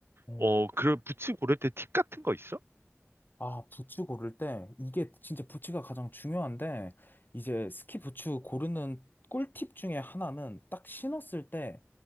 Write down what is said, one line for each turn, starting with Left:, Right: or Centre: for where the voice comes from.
Left: 어.
Right: 어, 그 부츠 고를 때 팁 같은 거 있어?
Left: 아, 부츠 고를 때, 이게 진짜 부츠가 가장 중요한데, 이제 스키 부츠 고르는 꿀팁 중에 하나는 딱 신었을 때,